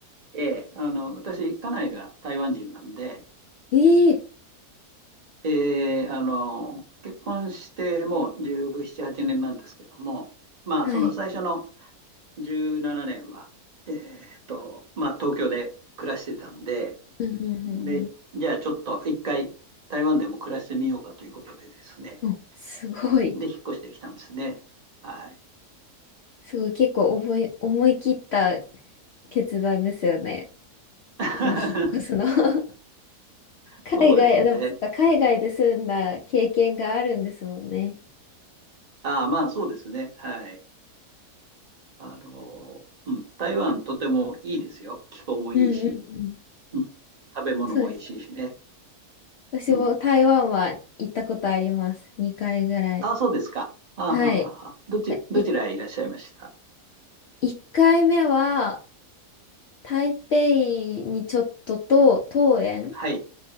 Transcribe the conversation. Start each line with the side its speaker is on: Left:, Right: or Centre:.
Right: ええ、あの、私、家内が台湾人なんで、
Left: ええ
Right: で、あの、結婚してもう17、8年なんですけども、まあ、
Left: はい。
Right: その最初の17年は、えーっと、まあ、東京で暮らしてたんで、
Left: うんうんうん
Right: で、じゃあちょっと一回台湾でも暮らしてみようかということでですね。
Left: うん。お、すごい。
Right: で、引っ越してきたんですね。はい。
Left: すごい。結構思い、思い切った決断ですよね。
Right: <laughs>
Left: その引っ越すの。<laughs> 海外、
Right: そうですね。
Left: でもそっか、海外で住んだ経験があるんですもんね。
Right: ああ、まあそうですね。はい。あの、うん、台湾とてもいいですよ。気候もいいし、
Left: うんうんうん。
Right: うん、食べ物も美味しいしね。
Left: そうです。私も台湾は行ったことあります。
Right: うん。
Left: 2回ぐらい。
Right: ああ、そうですか。ああ、
Left: はい。
Right: はあはあはあどち、
Left: がい、
Right: どちらへいらっしゃいました。
Left: 1回目は台北にちょっとと桃園
Right: はい。